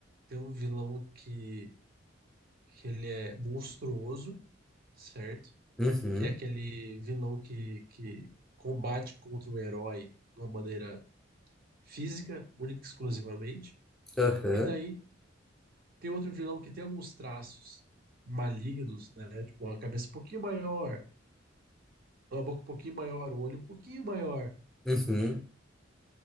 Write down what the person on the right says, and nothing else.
Tem um vilão que, que ele é monstruoso, certo?
Que é aquele vilão que, que combate contra o herói de uma maneira física, única e exclusivamente.
E daí tem outro vilão que tem alguns traços malignos, né? Tipo, uma cabeça um pouquinho maior, uma boca um pouquinho maior, o olho um pouquinho maior,